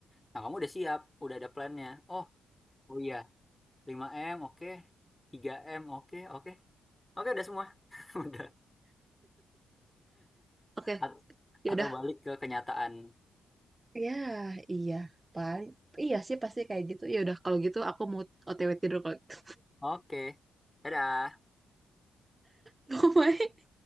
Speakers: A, on the left (about 15°); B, on the right (about 25°).
A: nah kamu udah siap, udah ada plannya. Oh, oh iya, lima m oke, tiga m oke, oke. Oke, udah semua. <laughs> Udah.
B: oke
A: At-
B: ya
A: atau
B: udah
A: balik ke kenyataan.
B: ya iya paling iya sih pasti kayak gitu ya udah kalau gitu aku mau OTW tidur kalau gitu.
A: Oke. Dadah.
B: <laughs> Bye.